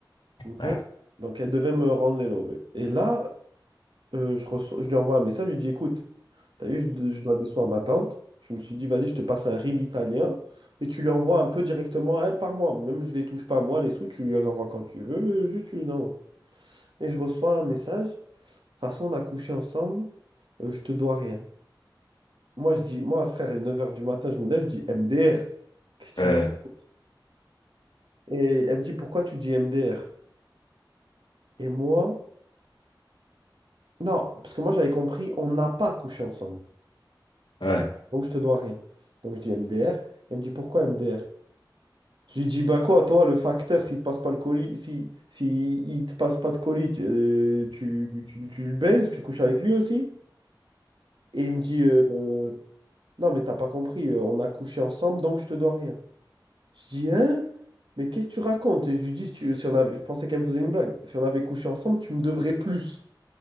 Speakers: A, on the right; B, on the left.
A: ok
B: Ouais.
A: Donc, elle devait me rendre les lovés. Et là, euh, je, reçois- je lui envoie un message, je lui dis, écoute, t'as vu, je, je dois décevoir ma tante. Je me suis dit, vas-y, je te passe un RIB italien et tu lui envoies un peu directement à elle par mois. Même je les touche pas, moi, les sous, tu lui les envoies quand tu veux, euh, juste tu lui envoies. Et je reçois un message, de toute façon, on a couché ensemble, euh, je te dois rien. Moi, je dis, moi, frère, à 9h du matin, je me lève, je dis MDR. Qu'est-ce que tu
B: Euh,
A: me racontes? Et elle me dit, pourquoi tu dis MDR? Et moi, non, parce que moi, j'avais compris, on n'a pas couché ensemble.
B: ouais.
A: Donc, je te dois rien. Donc, je dis MDR. Elle me dit, pourquoi MDR? Je lui dis, bah quoi, toi, le facteur, s'il te passe pas le colis, si, si il te passe pas de colis, tu, euh, tu, tu- tu le baises, tu couches avec lui aussi? Et il me dit, euh, euh, non, mais t'as pas compris, euh, on a couché ensemble, donc je te dois rien. Je dis, hein? Mais qu'est-ce que tu racontes? Et je lui dis, si tu- si on avait, je pensais qu'elle me faisait une blague. Si on avait couché ensemble, tu me devrais plus.